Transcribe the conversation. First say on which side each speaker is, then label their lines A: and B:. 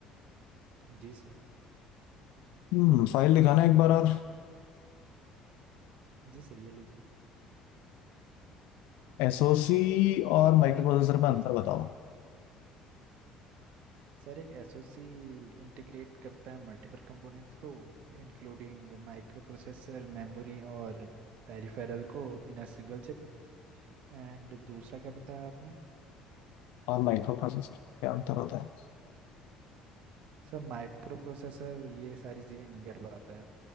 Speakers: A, on the right (about 55°); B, on the left (about 60°).
A: जी सर
B: हम्म फाइल दिखाना एक बार और
A: जी सर ये लीजिए
B: एसओसी और माइक्रो प्रोसेसर में अंतर बताओ
A: सर एक एसओसी इंटीग्रेट करता है मल्टीपल कंपोनेंट्स को इंक्लूडिंग माइक्रो प्रोसेसर मेमोरी और पेरिफेरल को in a single chip And दूसरा क्या बताया आपने
B: और माइक्रो प्रोसेसर क्या अंतर होता है
A: सर माइक्रो प्रोसेसर ये सारी चीज़ें नहीं कर पाता है